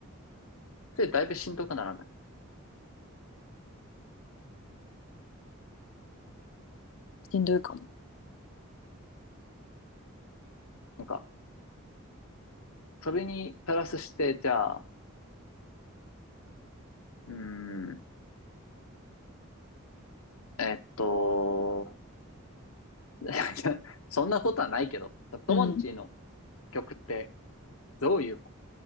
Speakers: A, on the left; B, on the left.
A: それだいぶしんどくならない。
B: しんどいかも。
A: なんか、それにプラスして、じゃあ、うーん、えっと、<laughs> そんなことはないけど、チャットモンチーの
B: うん、
A: 曲ってどういう